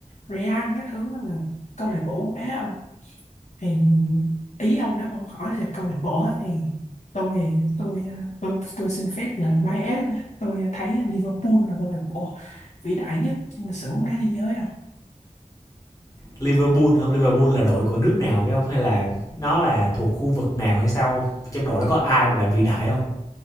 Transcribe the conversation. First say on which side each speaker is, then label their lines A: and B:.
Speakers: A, on the left (about 65°); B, on the left (about 25°).
A: Real các thứ đó là câu lạc bộ bóng đá không thì ý ông đó mà ông hỏi là câu lạc bộ á, thì tôi tôi ờ, tôi tôi xin phép là bias tôi thấy Liverpool là câu lạc bộ vĩ đại nhất trong lịch sử bóng đá thế giới không
B: Liverpool không? Liverpool là đội của nước nào phải không? Hay là nó là thuộc khu vực nào hay sao không? Trong đội đó có ai mà là vĩ đại không?